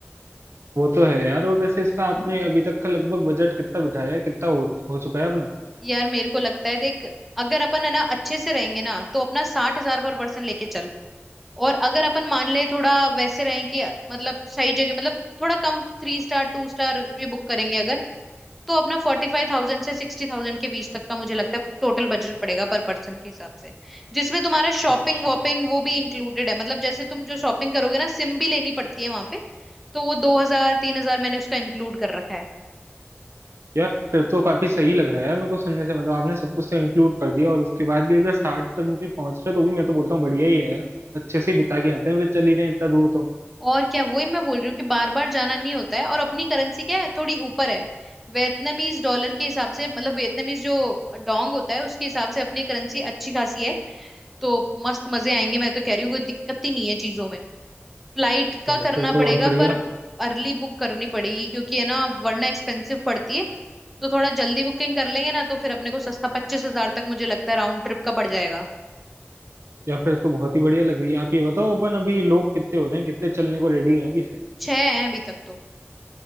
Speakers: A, on the right (about 70°); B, in the centre.
A: वो तो है यार और वैसे इसका आपने अभी तक का लगभग बजट कितना बिठाया है कितना हो, हो चुका है अपना
B: यार मेरे को लगता है देख अगर अपन है ना अच्छे से रहेंगे ना तो अपना साठ हजार पर पर्सन लेके चल और अगर अपन मान ले थोड़ा वैसे रहें कि मतलब सही जगह मतलब थोड़ा कम थ्री स्टार टू स्टार भी बुक करेंगे अगर तो अपना फोर्टी फाइव थाउजेंड से सिक्सटी थाउजेंड के बीच तक का मुझे लगता है टोटल बजट पड़ेगा पर पर्सन के हिसाब से जिसमें तुम्हारा शॉपिंग
A: अच्छा
B: वॉपिंग वो भी इंक्लूडेड है मतलब जैसे तुम जो शॉपिंग करोगे ना सिम भी लेनी पड़ती है वहां पे तो वो दो हजार तीन हजार मैंने उसका इंक्लूड कर रखा है
A: यार फिर तो काफी सही लग रहा है यार मेरे को सुनने से मतलब आपने सब कुछ तो इंक्लूड कर दिया और उसके बाद भी अगर साठ तक भी पहुंच रहे तो भी मैं तो बोलता हूँ बढ़िया ही है यार अच्छे से ही बिता के आते हैं फिर चल ही रहे हैं इतना दूर तो
B: और क्या वही मैं बोल रही हूँ कि बार बार जाना नहीं होता है और अपनी करेंसी क्या है थोड़ी ऊपर है वियतनामीज डॉलर के हिसाब से मतलब वियतनामीज जो डोंग होता है उसके हिसाब से अपनी करेंसी अच्छी खासी है तो मस्त मजे आएंगे मैं तो कह रही हूँ कोई दिक्कत ही नहीं है चीजों में फ्लाइट का
A: चलो
B: करना
A: फिर तो
B: पड़ेगा
A: और बढ़िया
B: पर अर्ली बुक करनी पड़ेगी क्योंकि है ना वरना एक्सपेंसिव पड़ती है तो थोड़ा जल्दी बुकिंग कर लेंगे ना तो फिर अपने को सस्ता पच्चीस हजार तक मुझे लगता है राउंड ट्रिप का पड़ जाएगा
A: या फिर तो बहुत ही बढ़िया लग रही है आप ये बताओ अपन अभी लोग कितने हो रहे हैं कितने चलने को रेडी हैं अभी से
B: छह है अभी तक तो